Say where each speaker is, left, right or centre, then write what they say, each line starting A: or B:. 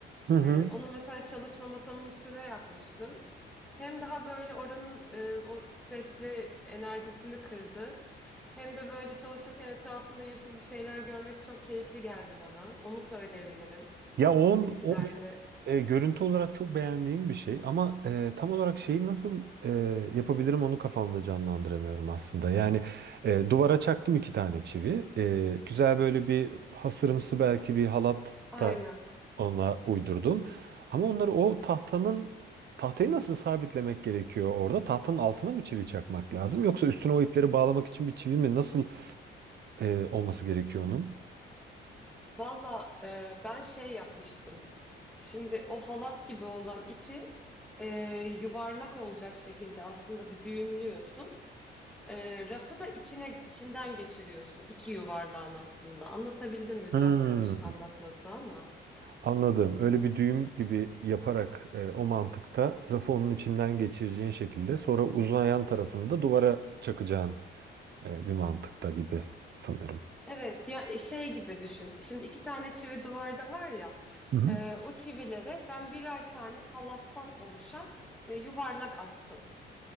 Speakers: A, on the right; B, in the centre.
A: Hı hı.
B: E, onu mesela çalışma masamın üstüne yapmıştım. Hem daha böyle oranın e, o stresli enerjisini kırdı. Hem de böyle çalışırken etrafımda yeşil bir şeyler görmek çok keyifli geldi bana. Onu söyleyebilirim
A: Ya on,
B: bitkilerle
A: o e, görüntü olarak çok beğendiğim bir şey ama e, tam olarak şeyi nasıl e, yapabilirim onu kafamda canlandıramıyorum aslında. Yani e, duvara çaktım iki tane çivi. E, güzel böyle bir hasırımsı belki bir halat
B: Aynen.
A: ona uydurdum. Ama onları o tahtanın tahtayı nasıl sabitlemek gerekiyor orada? Tahtanın altına mı çivi çakmak lazım? Yoksa üstüne o ipleri bağlamak için bir çivi mi? Nasıl e, olması gerekiyor onun?
B: Valla e, ben şey yapmıştım. Şimdi o halat gibi olan ipi e, yuvarlak olacak şekilde aslında bir düğümlüyorsun. E, rafı da içine içinden geçiriyorsun. İki yuvarlağın aslında. Anlatabildim mi?
A: Hmm,
B: Biraz karışık anlatması ama.
A: anladım. Öyle bir düğüm gibi yaparak e, o mantıkta rafı onun içinden geçireceğin şekilde sonra uzayan tarafını da duvara çakacağın e, bir mantıkta gibi sanırım.
B: Evet, ya e, şey gibi düşün. Şimdi iki tane çivi duvarda var ya.
A: Hı hı.
B: e, o çivilere ben birer tane halattan oluşan e, yuvarlak astım.